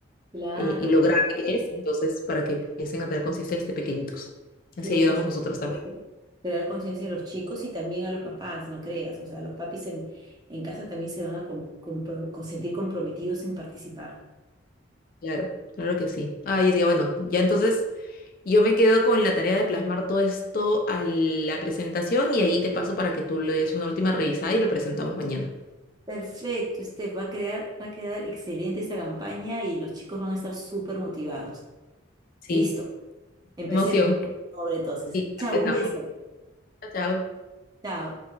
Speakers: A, on the right; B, on the left.
A: Claro.
B: eh, y lo grave que es, entonces para que empiecen a tener conciencia desde pequeñitos. Así
A: Sí, hay
B: ayudamos
A: que crear
B: nosotros
A: conciencia,
B: también.
A: crear conciencia en los chicos y también a los papás, no creas. O sea, los papis en, en casa también se van a com- compro- con- sentir comprometidos en participar.
B: Claro, claro que sí. Ah, y decía, bueno, ya entonces yo me quedo con la tarea de plasmar todo esto a la presentación y ahí te paso para que tú le des una última revisada y lo presentamos mañana.
A: Perfecto, este va a crear, va a quedar excelente esta campaña y los chicos van a estar súper motivados.
B: Sí,
A: Listo, empecemos.
B: emoción.
A: Obra entonces.
B: Sí,
A: Chao,
B: empezamos.
A: un beso.
B: Chao, chao.
A: Chao.